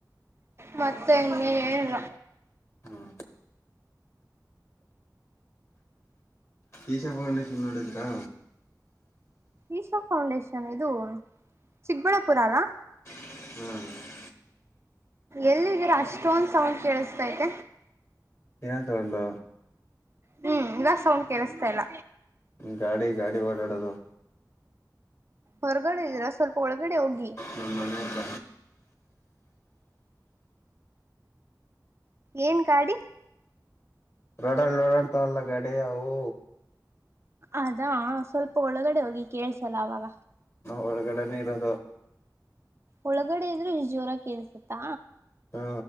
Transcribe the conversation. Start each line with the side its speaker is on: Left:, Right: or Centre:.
Right: ಮತ್ತೆ ಇನ್ ಏನಿಲ್ಲ
Left: ಹ್ಮ ಈಶಾ ಫೌಂಡೇಶನ್ ನೋಡಿದ್ರಾ
Right: ಈಶಾ ಫೌಂಡೇಶನ್ ಇದು ಚಿಕ್ಕಬಳ್ಳಾಪುರ ಅಲ್ಲಾ
Left: ಹ್ಮ್
Right: ಎಲ್ಲಿದ್ದೀರ ಅಷ್ಟೊಂದ ಸೌಂಡ್ ಕೇಳ್ಸ್ತೈತೆ
Left: ಏನ್ ತಕೊಂಡು
Right: ಹ್ಮ್ ದಈಗ ಸೌಂಡ್ ಕೆಲ್ಸ್ತ ಇಲ್ಲ
Left: ಗಾಡಿ ಗಾಡಿ ಒಡಾಡುದು
Right: ಹೊರಗಡೆ ಇದೀರಾ ಸ್ವಲ್ಪ ಒಳಗಡೆ ಹೋಗ್
Left: ನಮ್ ಮನೆಯತ
Right: ಏನ್ ಗಾಡಿ
Left: ರೋಡ್ ಅಲ್ಲಿ ಓಡಾಡ್ತಾವಲ್ಲ ಗಾಡಿ ಅವು
Right: ಅದಾ ಸ್ವಲ್ಪ ಒಳಗಡೆ ಹೋಗಿ ಕೇಳ್ಸಲ್ಲ ಅವಾಗ
Left: ಒಳಗಡೆನೆ ಇರೋದು
Right: ಒಳಗಡೆ ಇದ್ರು ಇಷ್ಟ್ ಜೋರಾಗ್ ಕೆಲ್ಸುತ್ತು
Left: ಹಾ